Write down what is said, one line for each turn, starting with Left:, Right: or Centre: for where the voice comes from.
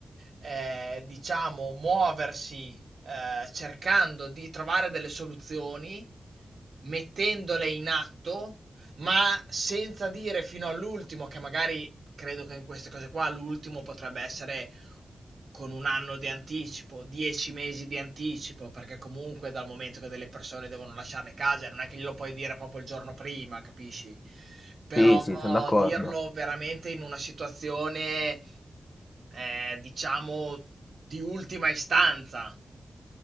Right: eh, diciamo, muoversi eh, cercando di trovare delle soluzioni, mettendole in atto, ma senza dire fino all'ultimo che magari... Credo che in queste cose qua l'ultimo potrebbe essere con un anno di anticipo, 10 mesi di anticipo, perché comunque dal momento che delle persone devono lasciare le case, non è che glielo puoi dire proprio il giorno prima, capisci? Però
Left: Sì, sì, sono d'accordo.
Right: dirlo veramente in una situazione, eh, diciamo, di ultima istanza.